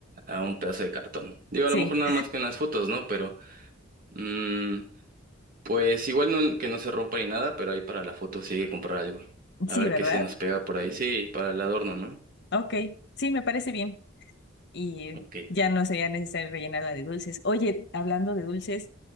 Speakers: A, on the right (about 45°); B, on the left (about 55°).
A: a un pedazo de cartón. Digo,
B: Sí,
A: a lo mejor nada más que en las fotos, ¿no? Pero, mm, pues igual no, que no se rompa ni nada, pero ahí para la foto sí hay que comprar algo.
B: <laughs>
A: A ver
B: sí, ¿verdad?
A: qué se nos pega por ahí. Sí, para el adorno, ¿no?
B: Ok, sí, me parece bien. Y
A: Ok.
B: ya no sería necesario rellenarla de dulces. Oye, hablando de dulces,